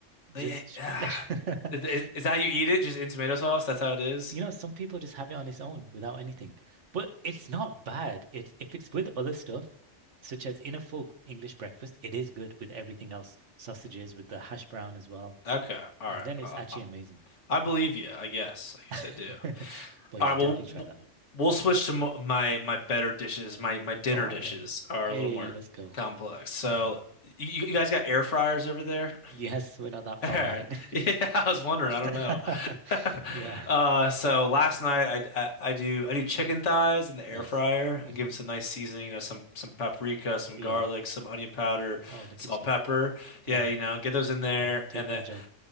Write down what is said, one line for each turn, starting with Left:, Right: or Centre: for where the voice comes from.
Right: just
Left: Yeah,
Right: straight.
Left: yeah.
Right: <laughs>
Left: Is, is- is that how you eat it? Just in tomato sauce? That's how it is?
Right: You know, some people just have it on its own without anything. But it's not bad. It's if it's with other stuff, such as in a full English breakfast, it is good with everything else, sausages with the hash brown as well.
Left: Okay. All
Right: And
Left: right.
Right: then it's
Left: Uh,
Right: actually amazing.
Left: I believe you, I guess. I guess I do.
Right: <laughs> But yeah,
Left: All right,
Right: definitely
Left: well, w-
Right: try that.
Left: w- we'll switch to mo my my better dishes. My my dinner
Right: Go on
Left: dishes
Right: then.
Left: are
Right: Hey,
Left: a little more
Right: let's go.
Left: complex. So,
Right: hmm
Left: you, you guys got air fryers over there?
Right: Yes, we're not that
Left: All
Right: far
Left: right.
Right: behind.
Left: <laughs> Yeah, I was wondering.
Right: <laughs>
Left: I don't know. <laughs>
Right: Yeah,
Left: Uh, so last night I, I I do I do chicken thighs in the
Right: nice.
Left: air fryer
Right: hmm
Left: and give them some nice seasoning, you know, some some paprika, some
Right: Yeah.
Left: garlic, some onion powder,
Right: Oh, look
Left: salt,
Right: at you.
Left: pepper. Yeah,
Right: Yeah.
Left: you know, get those in there
Right: Oh, take
Left: and then
Right: my job.